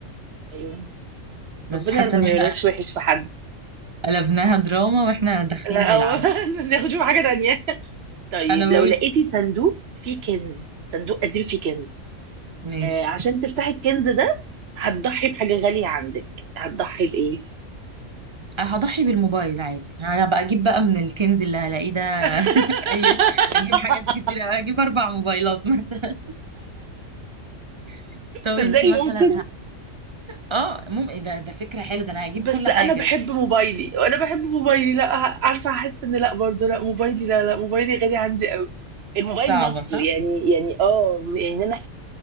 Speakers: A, on the right (about 60°); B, on the right (about 35°).
A: ايوه
B: بس
A: ربنا
B: حاسه
A: يا رب ما
B: ان احنا
A: يقولش وحش في حد
B: قلبناها دراما واحنا داخلين
A: لا
B: نلعب
A: هو <laughs> ناخد شوف حاجة تانية طيب
B: انا بقول
A: لو لقيتي صندوق فيه كنز صندوق قديم فيه كنز
B: ماشي
A: اه عشان تفتحي الكنز ده هتضحي بحاجة غالية عندك هتضحي بإيه
B: هضحي بالموبايل عادي هبقى اجيب بقى من الكنز اللي هلاقيه ده
A: <laughs>
B: اي <laughs> اجيب حاجات كتير اجيب اربع موبايلات مثلا <laughs> طب
A: تصدقي
B: انتي مثلا
A: ممكن
B: ه... اه ممكن ده ده فكرة حلوة ده انا هجيب
A: بس
B: كل
A: انا
B: حاجة
A: بحب موبايلي وانا بحب موبايلي لا ه- عارفه هحس ان لا برضه لا موبايلي لا لا موبايلي غالي عندي قوي الموبايل
B: صعبة
A: نفسه
B: صح
A: يعني يعني اه يعني انا